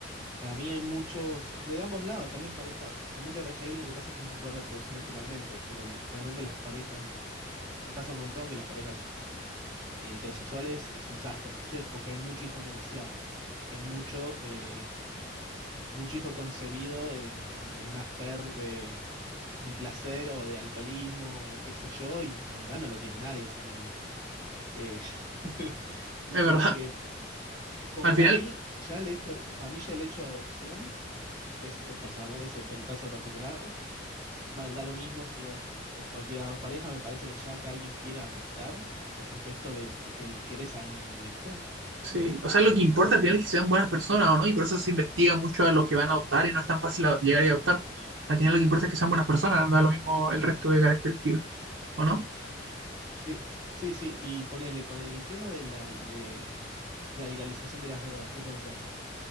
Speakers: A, on the right; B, on the right.
A: Para mí hay muchos, de ambos lados, también pareja, generalmente la pareja gay lo que pasa es que no se puede reproducir naturalmente, pero l- generalmente las parejas, eh, pasa un montón que las parejas eh, heterosexuales es un desastre, ¿viste? Porque hay mucho hijo no deseado, hay mucho, eh, mucho hijo concebido en, en, en un afer de, de placer o de alcoholismo o de qué sé yo, y la verdad no lo quiere nadie ese nene. Eh, <laughs>
B: Es
A: como
B: verdad.
A: que, como
B: Al
A: que
B: final...
A: para mí, ya el hecho, para mí ya el hecho de adopción Es, eh, personalmente, ese pe- caso particular, ma- da lo mismo si es, es cualquiera de las dos parejas, me parece que ya que alguien quiera adoptar, es un gesto de, que el- querés al niño, ¿viste?
B: Sí, o sea,
A: Eh,
B: lo que importa al final es que sean buenas personas o no, y por eso se investiga mucho a los que van a adoptar y no es tan fácil a- llegar y adoptar. Al final lo que importa es que sean buenas personas, da lo mismo el resto de características, ¿o no?
A: sí, sí, sí, y ponele con el tema de la, de de la legalización de las drogas, ¿qué pensás?